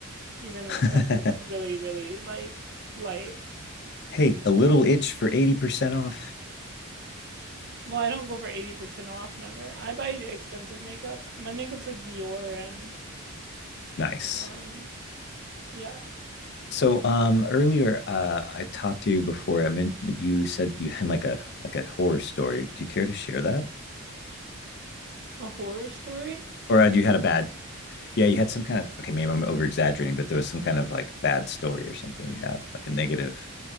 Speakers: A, on the right; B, on the left.
A: even
B: <laughs>
A: with stuff that's really, really like light.
B: Hey, a little itch for 80% off.
A: Well, I don't go for 80% off, never. I buy expensive makeup. My makeup's like Dior and
B: Nice.
A: um yeah,
B: So um earlier uh I talked to you before I meant you said you had like a like a horror story. Do you care to share that?
A: a horror story
B: Or
A: of
B: uh, you
A: dupes.
B: had a bad yeah, you had some kind of okay, maybe I'm over exaggerating, but there was some kind of like bad story or something you had, like a negative.